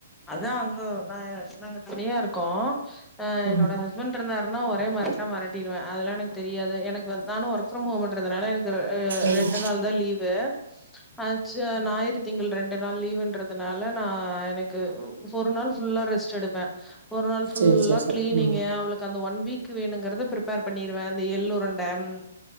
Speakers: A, in the centre; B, on the right (about 70°).
A: அதா அங்கோ நா எ நாங்க தனியா இருக்கோ ஆ
B: ம்.
A: என்னோட ஹஸ்பண்டிருந்தார் பண்ணா ஒரே மெரட்டா மெரட்டிருவே அதுலா எனக் கு தெரியாது எனக்கு வந் நானு ஒர்க் ஃப்ரம் ஹோமு ன்றதுனால அ அ
B: ம்.
A: ரெண்டு நாள் தா லீவு அச்ச ஞாயிறு திங்கள் ரெண்டு நாள் லீவுன்றதுனால நா எனக்கு ஒரு நாள் ஃபுல்லா ரெஸ்ட் எடுப்பே ஒரு நாள் ஃபுல்லா
B: சரி, சரி, சரி.
A: கிளீனிங்கு
B: ம்.
A: அவளுக்கு அந்த ஒன் வீக்கு வேணுங்கிறத ப்ரிப்பேர் பண்ணிருவ இந்த எள் உருண்ட உம்